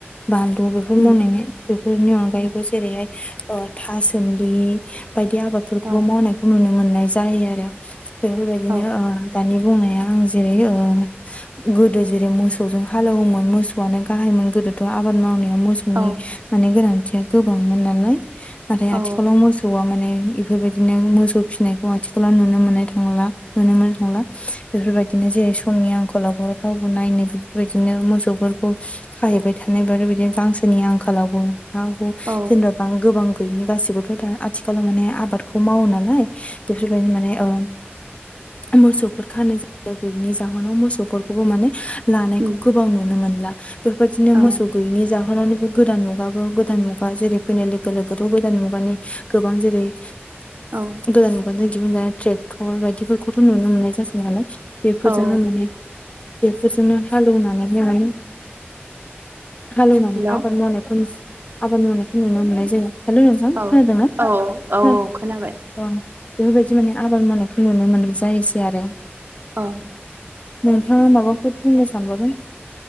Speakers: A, on the left; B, on the right.
A: बानलु बेफोर
B: उम
A: मावनाय बेफोरनि अनगायैबो जेरैहाय ओ थासोमलि बायदि आबादफोरखौबो
B: औ
A: मावनायखौ नुनो मोननाय जायो आरो बेफोरबायदिनो
B: औ
A: ओ दानि बुंनाया आं जेरै ओ गोदो जेरै मोसौजों हालौवोमोन मोसौआनो गाहाय मोन गोदोथ' आबाद मावनायाव मोसौनि
B: औ
A: माने गोनांथि या गोबांमोन नालाय नाथाय आथिखालाव
B: औ
A: मोसौ मानज बेफोरबायदिनो मो सौ फिनायखौ आथिखालाव नुनो मोनो थांला नुनो मोनो थांलाय बेफोरबायदिनो जेरै समनि आंखलावबो रावबो नायनो बेफोरबायदिनो मोसौफोरखौ खाहैबाय थानायब बिदिनो गांसोनि आंखालावबो हा हु
B: औ
A: जेनेबा बां गोबां गैयनि गासैबोथ' दा आथिखालाव माने आबादखौ मावो नालाय बेफोरबायदि माने अ' मोसौफोर खानो जायगा गैयिनि जाहोनाव मोसौफोरखौबो माने लानायखौ
B: उम
A: गोबां नुनो मोनला बेबायदिनो
B: औ
A: मोसौ गैयिनि जाहोनावनिबो गोदान मुगाबो गोदान मुगा जेरै फैनाय लोगो लोगोथ' गोदान मुगानि गोबां जेरै <inaudible>
B: औ
A: गोदान मुगाजों दिहुन जानाय ट्रेक्टर बायदिफोरखौथ' नुनो मोननाय जासै नालाय बेफोरजोंनो
B: औ
A: माने बेफोरजोंनो हालौवनानै जोङो हालेवनानै
B: हेलौ
A: आबाद मावनायखौ आबाद मावनायखौ नुनो मोननाय जायो । हेल' नोंथां
B: औ
A: खोनादोंना
B: औ औ खोनाबाय
A: अ बेफोरबायदि माने आबाद मावनायखौ नुनो मोन जायोसै आरो
B: औ
A: नोंथाङा माबाफोर बुंनो सानबावगोन